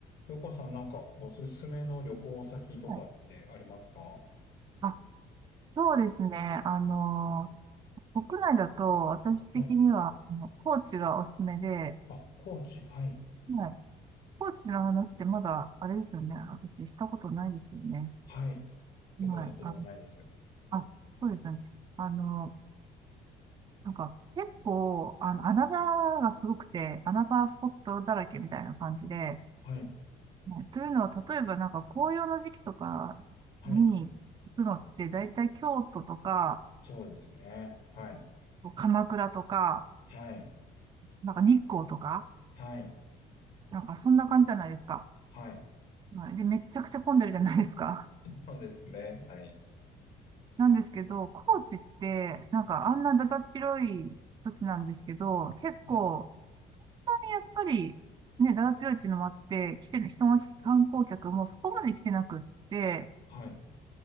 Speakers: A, on the left; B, on the right.
A: ようこさんなんかおすすめの旅行先とかってありますかは
B: はいあ、そうですね。あの、国内だと私的には、
A: い。
B: あの高知がおすすめで、
A: あ、高知。はい。
B: はい。高知の話ってまだ、あれですよね。私したことないですよね。
A: はい。伺ったことないです。
B: はい。あ、あ、そうですね。あの、なんか結構、あの、穴場がすごくて、穴場スポットだらけみたいな感じで、
A: はい。
B: はいというのは、例えばなんか紅葉の時期とかに行くのって、
A: はい。
B: だいたい京都とか、
A: そうですね。はい。
B: 鎌倉とか、
A: はい。
B: なんか日光とか、
A: はい。
B: なんかそんな感じじゃないですか。
A: はい。
B: はい。で、めちゃくちゃ混んでるじゃないですか。
A: そうですね。はい。
B: なんですけど、高知って、なんかあんなだだっ広い土地なんですけど、結構、
A: はい。
B: そんなにやっぱり、ね、だだっ広いっていうのもあって、来てる人が来て、観光客もそこまで来てなくって、
A: はい。